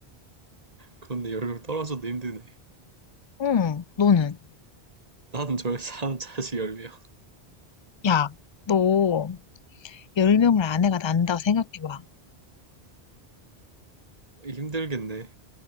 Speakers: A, on the right; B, on the left.
A: 그런데 10명 떨어져도 힘드네.
B: 응, 너는.
A: 나는 절사한 자식 10명.
B: 야, 너 10명을 아내가 난다고 생각해봐.
A: <laughs> 힘들겠네.